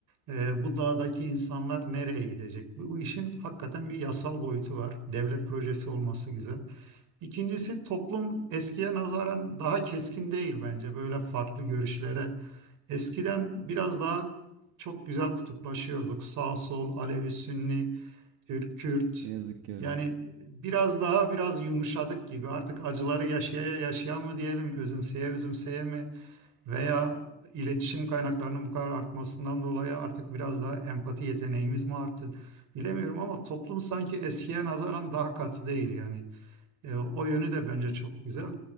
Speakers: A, on the right (about 55°); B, on the right (about 80°).
A: e, bu dağdaki insanlar nereye gidecek? Bu işin hakikaten bir yasal boyutu var. Devlet projesi olması güzel. İkincisi toplum eskiye nazaran daha keskin değil bence böyle farklı görüşlere. Eskiden biraz daha çok güzel kutuplaşıyorduk. Sağ sol, Alevi, Sünni, Türk, Kürt.
B: Ne yazık ki öyle.
A: Yani biraz daha biraz yumuşadık gibi. Artık acıları yaşaya yaşaya mı diyelim, özümseye özümseye mi? Veya iletişim kaynaklarının bu kadar artmasından dolayı artık biraz daha empati yeteneğimiz mi arttı bilemiyorum ama toplum sanki eskiye nazaran daha katı değil yani. E, o yönü de bence çok güzel.